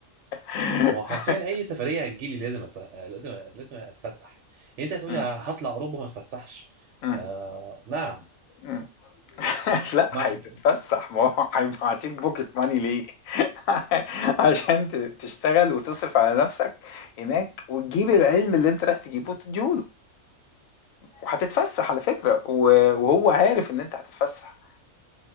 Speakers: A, on the left (about 85°); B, on the right (about 65°).
A: <laughs>
B: ما هو حرفيا اي سفريه هتجيلي لازم أتس... لازم لازم اتفسح يعني انت هتقولي
A: م-
B: هطلع اوروبا ما اتفسحش
A: م-
B: آه... نعم
A: م. <laughs> لا
B: ما
A: هتتفسح ما هو هيبعتيك بوكيت ماني ليه <laughs> عشان ت- تشتغل وتصرف على نفسك هناك وتجيب العلم اللي انت رايح تجيبه وتديهوله وهتتفسح على فكرة و- وهو عارف ان انت هتتفسح